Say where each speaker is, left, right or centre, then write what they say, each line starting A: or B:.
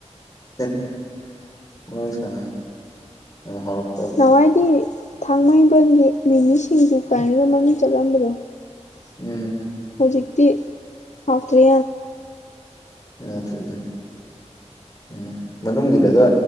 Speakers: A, on the left (about 30°); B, on the left (about 80°).
A: <unintelligible>
B: ꯅꯍꯥꯟꯋꯥꯏꯗꯤ ꯊꯥꯡꯃꯩꯕꯟꯒꯤ ꯃꯤꯃꯤꯁꯤꯡꯖꯨ ꯀꯥꯏꯅꯒ ꯃꯃꯤꯡ ꯆꯠꯂꯝꯕꯗꯣ
A: ꯎꯝ
B: ꯍꯧꯖꯤꯛꯇꯤ ꯍꯥꯥꯎꯇ꯭ꯔꯦ
A: ꯌꯥꯗ꯭ꯔꯦ ꯑꯗꯨꯅꯤ ꯎꯝ ꯃꯅꯨꯡꯒꯤꯗꯒ